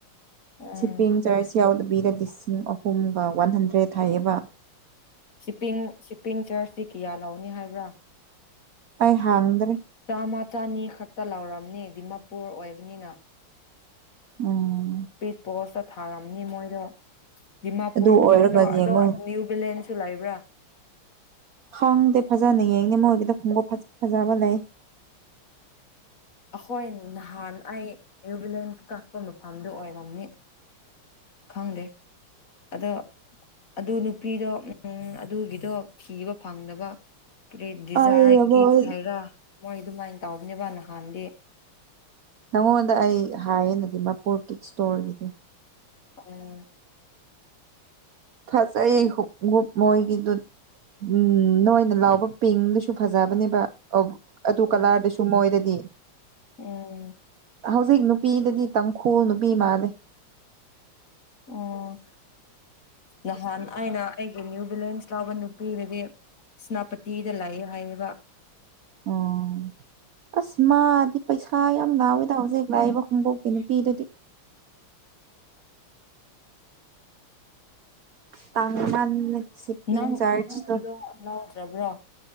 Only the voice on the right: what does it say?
ꯄꯤꯡ ꯆꯔꯁ ꯌꯥꯎꯗꯕꯤꯗ ꯂꯤꯁꯤꯡ ꯑꯍꯨꯝꯒ ꯋꯥꯟ ꯍꯟꯗ꯭ꯔꯦꯗ ꯍꯥꯏꯌꯦꯕ
ꯑꯩ ꯍꯪꯗ꯭ꯔꯔꯤ <unintelligible>
ꯎꯝ
ꯑꯗꯨ ꯑꯣꯏꯔꯒ
ꯌꯦꯡꯉꯣ
ꯈꯪꯗꯦ ꯐꯖꯅ ꯌꯦꯡꯗ‌ꯦ ꯃꯣꯏꯒꯤꯗꫭ ꯈꯣꯡꯎꯞ ꯐꯖ ꯐꯖꯕ ꯂꯩ꯫
ꯑꯩꯅ
ꯃꯣꯏ
ꯅꯪꯉꯣꯟꯗ ꯑꯩ ꯍꯥꯏꯌꯦꯅꯗꯤ ꯃꯄꯨꯔ ꯀꯤꯛ ꯏꯁꯇꯣꯔꯒꯤꯗꯣ꯫
ꯐꯖꯥꯥꯏꯌꯦ ꯈꯨꯎꯞ ꯃꯣꯏꯒꯤꯗꯨ ꯎꯝ ꯅꯣꯏꯅ ꯂꯥꯎꯕ ꯄꯤꯡꯗꯨꯁꯨ ꯐꯖꯕꯅꯦꯕ ꯑꯣ ꯑꯗꯨ
ꯀꯂꯔꯗꯨꯁꯨ ꯃꯣꯏꯗꯗꯤ꯫
ꯍꯧꯖꯤꯛ ꯅꯨꯄꯤꯗꯨꯗꯤ ꯇꯥꯡꯈꯨꯜ ꯅꯨꯄꯤ ꯃꯥꯜꯂꯦ꯫
ꯑꯣ___ ꯑꯁ! ꯃꯥꯗꯤ ꯄꯩꯁꯥ ꯌꯥꯝ ꯂꯥꯎꯑꫭꯏꯗ ꯍꯧꯖꯤꯛ ꯂꯥꯛꯏꯕ ꯈꯣꯡꯎꯞ ꯅꯨꯄꯤꯗꯨꯗꯤ ꯇꯥꯡꯃꯥꯟꯂꯦ ꯁꯤꯞꯄꯤꯡ
ꯆ꯭ꯔꯥꯖꯇꯣ